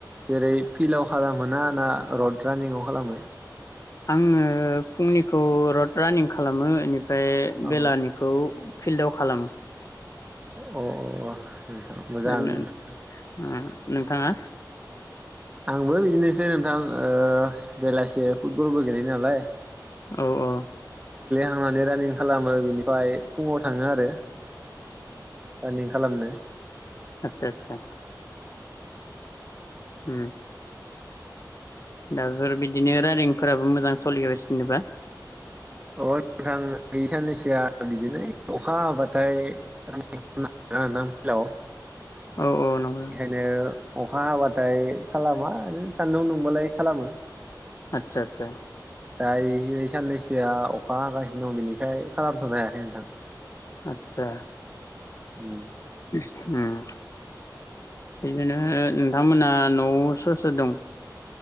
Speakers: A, on the right; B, on the left.
A: जेरै फिल्डाव खालामो ना ना रड रानिंआव खालामो।
B: आङो फुंनिखौ रड रानिं खालामो इनि ओमफाय।
A: औ
B: फिल्डाव खालामो।
A: अ अ। नोंथां मोजाङानो
B: ओरैनो
A: ।
B: ओ नोंथाङा।
A: आंबो बिदिनोसै नोंथां ओ बेलासि फुटबलबो गेलेयो नालाय।
B: औ औ।
A: थांनानै रानिं खालामो बिनिफ्राय फुङाव थाङो आरो। रानिं खालामनो।
B: आतसा आतसा। उम। दाफोर बिदिनो रानिंफोराबो मोजां सलिगासिनोबा।
A: अ थां गै साननैसो जिथिया बिदिनो अखा हाबाथाय <unintelligible> नोंथां फिलाव।
B: औ औ नंगौ
A: बेखायनो अखा हाबाथाय खालामा ओरैनो सान्दुं दुंबालाय खालामो।
B: आतसा आतसा।
A: दायो साननैसोआ अखा हागासिनो दं बिनिखाय खालामथ'नो हायाखै नोंथां।
B: आतसा।
A: उम।
B: ओम। बेनो <unintelligible> नोंथमोनहा न'याव सोर दं?